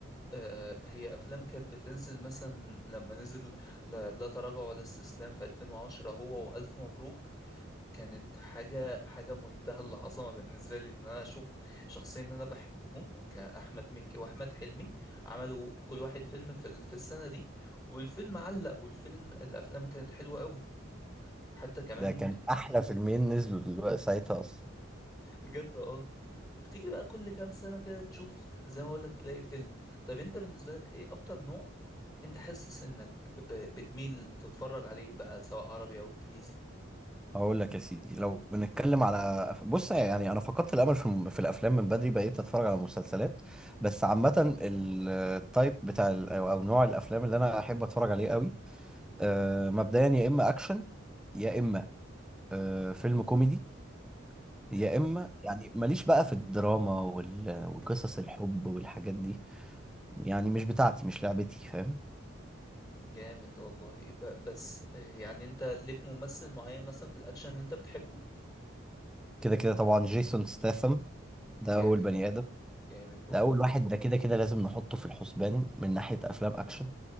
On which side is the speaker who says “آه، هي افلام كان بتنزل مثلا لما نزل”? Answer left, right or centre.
Left